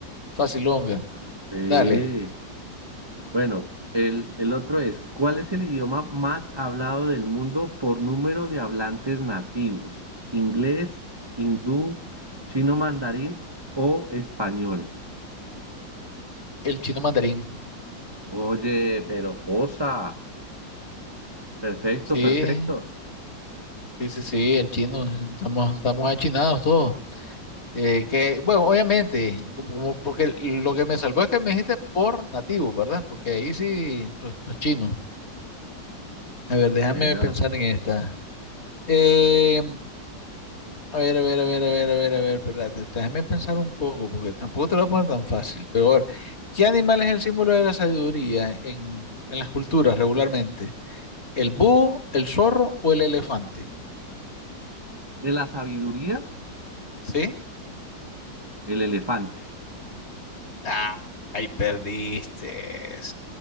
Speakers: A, on the left; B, on the right.
A: facilonga.
B: Sí.
A: Dale,
B: Bueno, el, el otro es, ¿cuál es el idioma más hablado del mundo por número de hablantes nativos? ¿Inglés, hindú, chino mandarín o español?
A: el chino mandarín.
B: Oye, pero cosa. Perfecto,
A: Sí,
B: perfecto.
A: sí, sí, sí, el chino. Estamos, estamos achinados todos. Eh, que, bueno, obviamente, como- como- porque lo que me salvó es que me dijiste por nativo, ¿verdad? Porque ahí sí, los, los chinos. A ver, déjame
B: Vea.
A: pensar en esta. Eh, A ver, a ver, a ver, a ver, a ver, a ver, espérate, déjame pensar un poco, porque tampoco te lo voy a poner tan fácil. Pero a ver, ¿qué animal es el símbolo de la sabiduría en, en las culturas regularmente? ¿El búho, el zorro o el elefante?
B: De la sabiduría,
A: ¿Sí?
B: el elefante.
A: Ah, ahí perdiste.